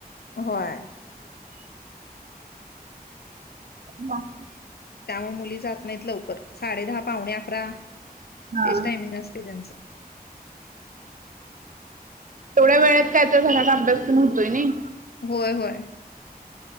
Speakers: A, on the left (about 80°); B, on the right (about 55°).
A: होय
B: बाकी
A: त्यामुळे मुली जात नाहीत लवकर साडे दहा पावणे अकरा
B: हां.
A: तेच टायमिंग असतयं त्यांचं
B: तेवढ्या वेळेत काय तर झाला तर अभ्यास पण होतोय नी
A: होय होय